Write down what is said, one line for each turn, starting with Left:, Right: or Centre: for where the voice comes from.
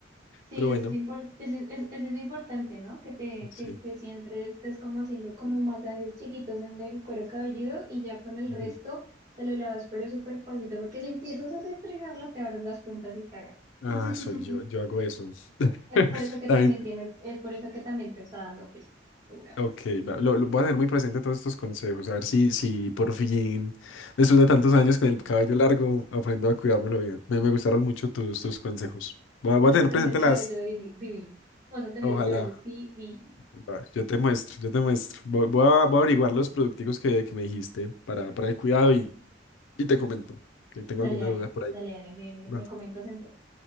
Right: Sí,
Left: Pero
Right: eso
Left: bueno.
Right: es, impor- eso es, eso- eso es importante, ¿no? Que te,
Left: Sí.
Right: que, que siempre estés como haciendo como masajes chiquitos en el cuero cabelludo y ya con el
Left: Ujú.
Right: resto te lo lavas, pero súper pasito, porque si empiezas a restregarlo, te abres las puntas y cagas.
Left: Ah,
Right: <laughs>
Left: soy yo, yo hago eso. <laughs>
Right: Es por eso que
Left: También,
Right: también tienes, es por eso que también te está dando frizz, seguramente.
Left: ok, va, lo, lo voy a tener muy presente todos estos consejos, a ver si, si por fin, después de tantos años con el cabello largo, aprendo a cuidármelo bien. Me, me gustaron mucho tus, tus consejos. Voy
Right: Vas
Left: a, voy a tener
Right: a tener
Left: presente
Right: el cabello
Left: las,
Right: divi- divino. Vas a tener
Left: ojalá.
Right: ese cabello divino.
Left: Va, yo te muestro, yo te muestro. Voy, voy a, voy a averiguar los producticos que, que me dijiste para, para el cuidado y, y te comento, que tengo
Right: Dale,
Left: alguna
Right: dale,
Left: duda por ahí.
Right: dale, dale, me, me, me
Left: Va.
Right: comentas entonces.